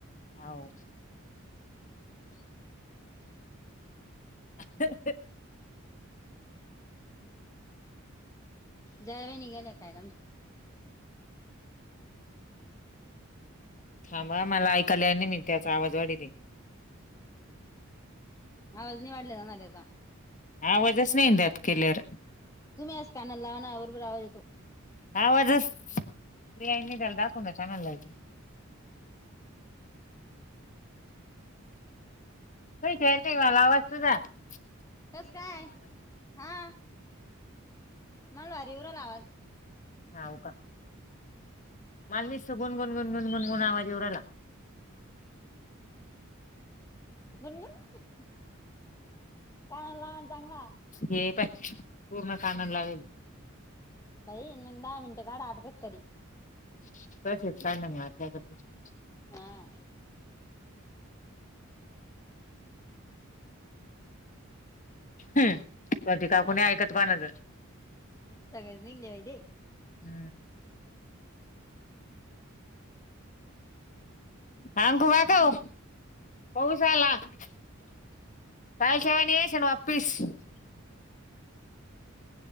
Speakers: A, on the left; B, on the left.
A: हो
B: हम्म हम्
A: <unintelligible>
B: जया वहिनी गेले का
A: थांबा मला ऐकाले आहे मी त्याचा आवाज वाढले
B: आवज नाही वाढले का
A: आवाजच नाही क्लिअर
B: तुम्ही आस काना लावना बरोबर आवाज येतो
A: <unintelligible>
B: हम्म
A: तुझा आवाज मला काही कळत नाही
B: कस काय हा मला येऊ राहिलाय आवाज
A: हाऊ का माल नसत गणगण गणगणगणगुण आवाज येऊ राहिला
B: गुन गुन कानाला लावाना चांगला
A: हे बाई पूर्ण कान लावेल
B: बाई दहा मिनिटं काढा कसतरी
A: <unintelligible>
B: हा <unintelligible>
A: हम स्वाती काकू कोणाचा ऐकत नाही
B: सगळेच निघले बाई
A: हम्म सांगू का काऊ पाऊस आला <unintelligible>